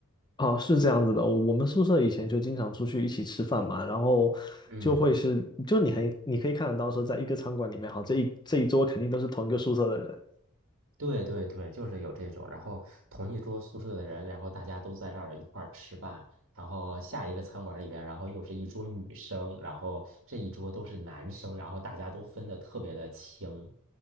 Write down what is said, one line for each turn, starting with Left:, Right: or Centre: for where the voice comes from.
Left: 哦，是这样子的，我我们宿舍以前就经常出去一起吃饭嘛，然后就会是，
Right: 嗯。
Left: 就你很你可以看得到说，在一个餐馆里面，哈，这一这一桌肯定都是同一个宿舍的人。
Right: 对对对，就是有这种，然后同一桌宿舍的人，然后大家都在这儿一块儿吃饭，然后下一个餐馆里边，然后又是一桌女生，然后这一桌都是男生，然后大家都分得特别的清。